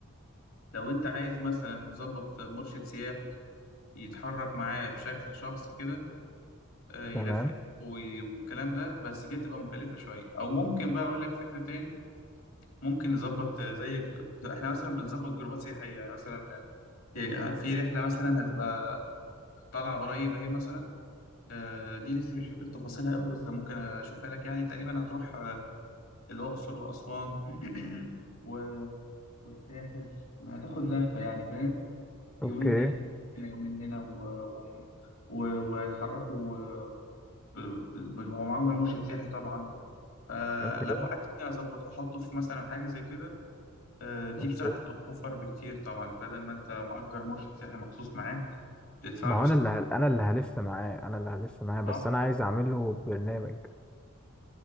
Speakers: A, on the left; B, in the centre.
A: لو انت عايز مثلا نظبط مرشد سياحي يتحرك معاه بشكل شخصي كده آه، يلفلف
B: تمام
A: وي- والكلام ده بس دي هتبقى مكلفة شوية أو ممكن بقى أقول لك فكرة تاني ممكن نظبط آه، زي ج- بتاع- إحنا مثلا بنظبط جروبات سياحية يعني مثلا آه، هي- في رحلة مثلا هتبقى طالعة قريبة هي مثلا آه، دي لسه مش فاكر تفاصيلها قوي بس ممكن أشوفها لك يعني تقريبا هتروح آه، الأقصر وأسوان <clears throat> و... والساحل هتاخد لفة يعني فاهم يومين
B: اوكي
A: هنا هنا يومين هنا و... و... و... ويتحركوا آه، ب- ب- ب- ومعاهم المرشد السياحي طبعا فلو
B: اوكي
A: عايزني اظبط واحطه في مثلا حاجه زي كده آه، دي
B: أوكي.
A: بصراحه هتبقى اوفر بكتير طبعا بدل ما انت مأجر مرشد سياحي مخصوص معاك بتدفع
B: ما
A: له
B: هو
A: س-
B: أنا اللي هل... أنا اللي هلف معاه أنا اللي هلف معاه بس
A: اه
B: أنا عايز أعمل له برنامج